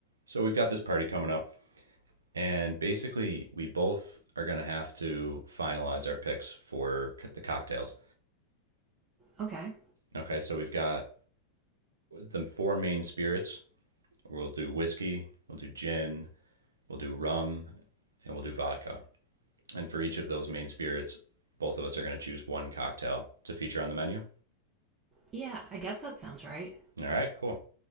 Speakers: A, on the right; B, on the right.
A: So we've got this party coming up, and basically we both are going to have to finalize our picks for the cocktails.
B: Okay.
A: Okay, so we've got the four main spirits. We'll do whiskey, we'll do gin, we'll do rum, and we'll do vodka. And for each of those main spirits, both of us are going to choose one cocktail to feature on the menu.
B: Yeah, I guess that sounds right.
A: All right, cool.